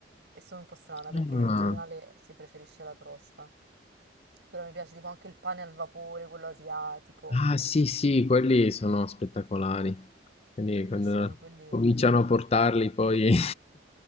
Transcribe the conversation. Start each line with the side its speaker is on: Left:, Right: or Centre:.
Right: E sono un po' strana perché
Left: Ah,
Right: in generale si preferisce la crosta. Però mi piace tipo anche il pane al vapore, quello asiatico.
Left: ah, sì, sì, quelli sono spettacolari. Quindi quando
Right: Sì, quelli
Left: cominciano a portarli poi